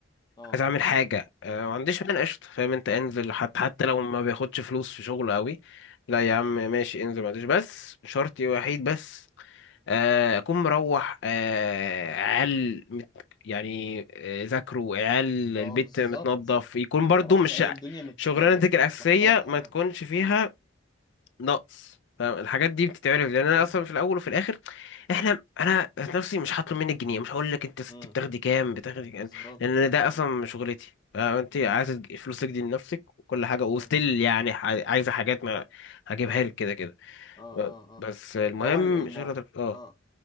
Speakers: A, on the left (about 20°); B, on the left (about 65°).
A: اه
B: عايز أعمل حاجة آه، ما عنديش مانع قشطة فاهم أنت انزل حتى حتى لو ما بياخدش فلوس في شغله قوي لا يا عم ماشي انزل ما عنديش بس شرطي وحيد بس آه، اكون مروح آه، عيال مت- يعني آه، ذاكروا عيال
A: اه
B: البيت
A: بالظبط
B: متنظف يكون برضو
A: ما اروحش
B: مش
A: الاقي الدنيا مت...
B: شغلانتك
A: مت...
B: الاساسيه
A: متلخبطه
B: ما
A: يعني
B: تكونش فيها
A: ايوه
B: نقص فاهم؟ الحاجات دي بتتعرف لان
A: هي
B: انا اصلا في الاول وفي الاخر احنا انا ذات نفسي مش هطلب منك جنيه مش هقول لك انت يا ستي
A: امم
B: بتاخدي كام بتاخدي كام
A: بالظبط
B: لان أنا ده
A: بالظبط
B: اصلا شغلتي انت عايزه
A: امم
B: فلوسك دي لنفسك وكل حاجه وستيل
A: امم
B: يعني ح- عايزه حاجات ما هجيبها
A: اه
B: لك كده كده
A: اه
B: آه،
A: اه
B: بس
A: اه
B: المهم
A: فهو ال- المو...
B: شغلتك اه
A: اه